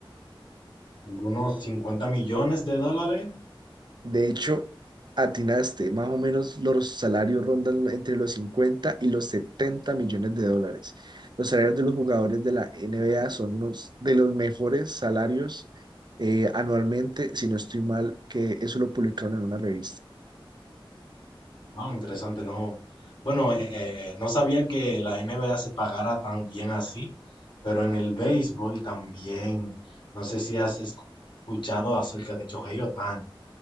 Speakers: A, on the left; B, on the right.
A: Algunos cincuenta millones de dólares
B: De hecho, atinaste, más o menos los salarios rondan entre los 50 y los 70 millones de dólares. Los salarios de los jugadores de la NBA son unos de los mejores salarios eh, anualmente, si no estoy mal, que eso lo publicaron en una revista.
A: Wow, interesante, no. Bueno, eh, eh, eh, no sabía que la NBA se pagara tan bien así, pero en el béisbol también. No sé si has escuchado acerca de Shohei Ohtani.